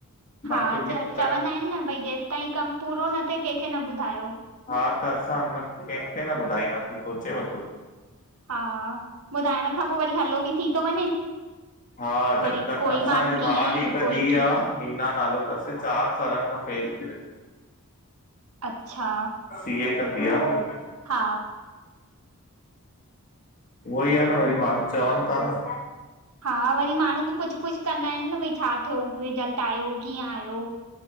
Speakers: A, on the right; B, on the left.
A: हा
B: मन टुटी
A: च चवंदा
B: पए
A: आहिनि न भाई जेसि ताईं कम पूरो न थिए कंहिंखे न ॿुधायो।
B: हा त असां न कंहिंखे न ॿुधाईंदासीं, सोचे वरतो।
A: हा, ॿुधाइण खां पो वरी हल्लो ॿि थी तो वञे।
B: हा जब
A: वरी
B: त
A: कोई
B: असांजे
A: माण्हू कीअं
B: भा जी हिक
A: कोई
B: धीअ
A: कीअं
B: आ हीना नालो थस, चार सालनि खां फेल थी
A: अच्छा
B: सी ए कंदी आ। उहो
A: हा
B: ही आ न, वरी माण्हू चवनि था न।
A: हा वरी माण्हू बि पुछ पुछ कंदा आहिनि न भाई छा थियो रिजल्ट आयो कीअं आयो?